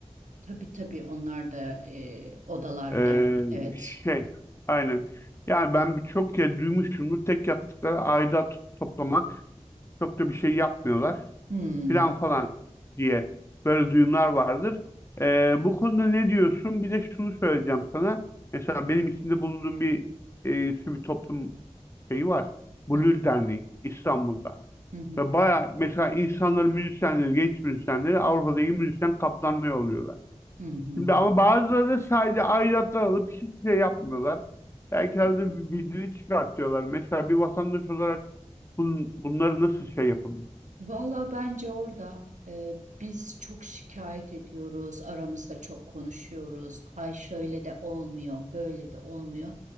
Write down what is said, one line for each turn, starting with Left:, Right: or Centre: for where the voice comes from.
Right: tabii tabii onlar da e, odalar
Left: Ee,
Right: yani evet.
Left: şey, aynen. Yani ben çok kez duymuşumdur. Tek yaptıkları aidat toplamak. Çok da bir şey yapmıyorlar.
Right: Hmm.
Left: Filan falan diye böyle duyumlar vardır. Ee, bu konuda ne diyorsun? Bir de şunu söyleyeceğim sana. Mesela benim içinde bulunduğum bir e, sivil toplum şeyi var. Blur
Right: Hı
Left: Derneği İstanbul'da.
Right: hı hı
Left: Ve baya mesela insanların müzisyenleri, genç müzisyenleri Avrupa'daki müzisyen kaptanlığı oluyorlar.
Right: hı hı
Left: Şimdi ama
Right: hı
Left: bazıları da sadece aidatlar alıp hiçbir şey yapmıyorlar. Belki
Right: hı.
Left: arada
Right: hı.
Left: bir bildiri çıkartıyorlar. Mesela bir vatandaş olarak bun, bunları nasıl şey yapabilir?
Right: Valla bence orada e, biz çok şikayet ediyoruz, aramızda çok konuşuyoruz. Ay şöyle de olmuyor, böyle de olmuyor.